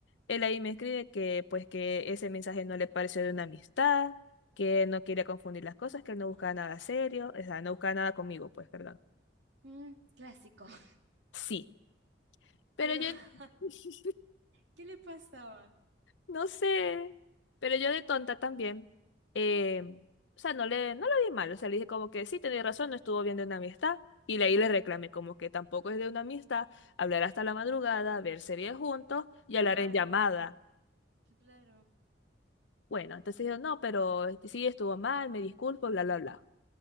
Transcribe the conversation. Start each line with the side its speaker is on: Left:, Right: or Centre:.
Left: él ahí me escribe que, pues, que ese mensaje no le pareció de una amistad, que no quería confundir las cosas, que él no buscaba nada serio, o sea, no buscaba nada conmigo, pues, perdón.
Right: Mm, clásico. <laughs>
Left: Sí. Pero
Right: Pero,
Left: yo
Right: <laughs>
Left: <laughs>
Right: ¿qué le pasaba?
Left: no sé, pero yo de tonta también. eh, o sea, no le, no lo vi mal, o sea, le dije como que sí, tenía razón, no estuvo bien de una amistad. Y de ahí le reclamé como que tampoco es de una amistad hablar hasta la madrugada, ver series juntos y
Right: Claro,
Left: hablar en llamada.
Right: claro.
Left: Bueno, entonces yo no, pero este, sí estuvo mal, me disculpo, bla, bla, bla.